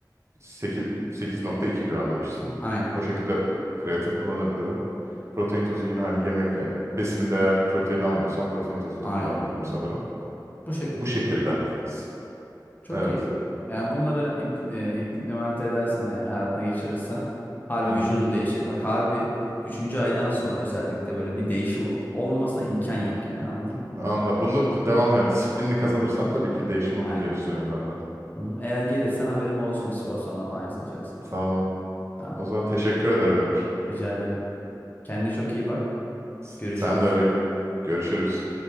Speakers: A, on the right; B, on the left.
A: 8, 8.2 gram demiştin.
B: Aynen.
A: O şekilde kreatin kullanabilirim. Protein tozu yine hani yemek yani besinimde eğer protein almıyorsam protein tozu
B: Aynen.
A: da kullanabilirim sanırım.
B: Bu şekilde.
A: Bu şekilde. S-
B: Çok
A: Evet.
B: iyi. Yani bunları imp- e, implement edersen yani hayatına geçirirsen harbi
A: Hı
B: vücudun
A: hı.
B: değişecek. Bak harbi üçüncü aydan sonra özellikle böyle bir değişim olmamasına imkan yok yani anladın mı?
A: Anla. Bunu devamlı yani disiplinli kazanırsam tabii ki değişim
B: Aynen.
A: olur diye düşünüyorum ben de.
B: Hı-hı. Eğer gelirsen haberim olsun bir spor sonra falan yazılacaksan.
A: Tamam.
B: Tamam.
A: O zaman teşekkür ederim Emir.
B: Rica ederim. Kendine çok iyi bak.
A: S-
B: Görüşürüz.
A: Sen de öyle görüşürüz.